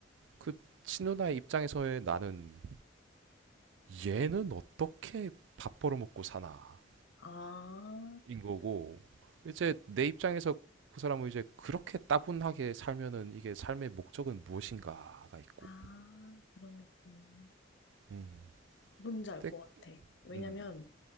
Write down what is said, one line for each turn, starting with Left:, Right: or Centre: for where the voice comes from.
Right: 그 친누나의 입장에서의 나는 얘는 어떻게 밥 벌어먹고 사나
Left: 아,
Right: 인 거고 이제 내 입장에서 그 사람은 이제 그렇게 따분하게 살면은 이게 삶의 목적은 무엇인가가 있고
Left: 아, 그런 느낌.
Right: 음,
Left: 뭔지 알
Right: 땡.
Left: 것 같아. 왜냐면,
Right: 음,